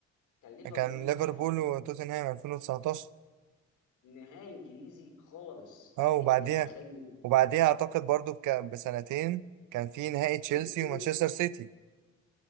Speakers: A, on the left; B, on the right.
A: كان ليفربول
B: كان ليفربول
A: توتنهام
B: وتوتنهام 2019
A: نهائي انجليزي خالص
B: اه وبعديها
A: انت متخيل
B: وبعديها أعتقد برضو بك- بسنتين كان في نهائي تشيلسي
A: نيك بول
B: ومانشستر سيتي